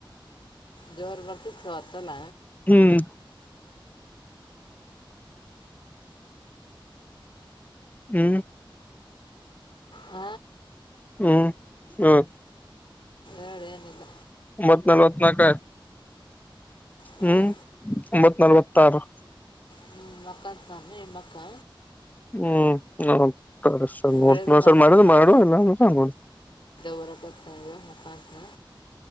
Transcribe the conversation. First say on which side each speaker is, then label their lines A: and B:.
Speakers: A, on the left (about 70°); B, on the left (about 20°).
A: ಜರ ಬರ್ತಿ ಸ್ ಸ್ವತಲ್ಲ
B: ಹ್ಮ್ ಹ್ಮ್
A: ಹ
B: ಹ್ಮ್ ಹ್ಮ್
A: ಎರಡು ಏನಿಲ್ಲ
B: ಮತ್ನಲ್ತ್ನಾಕ
A: ಹಾಂ
B: ಹ್ಮ್ ಒಂಬತ್ ನಲ್ವತ್ತ ಆರು.
A: ಹ್ಮ್ ಮಕ್ಕಾಂತ ನಾರಾಮ ಮಕ್ಕಾ.
B: ಹ್ಮ್ ನ ಸರ್ ನೋಡ್
A: ಬೆಳಗ್ಗೆ
B: ನ
A: ಮಾಡ್ತಿರ್ತಾಳ
B: ಸರ್ ಮಾಡ ಮಾಡ ಇಲ್ಲ ಅಂದ್ರೋ.
A: ಬರಕತಾವೆ ಮುಖಾಂತನ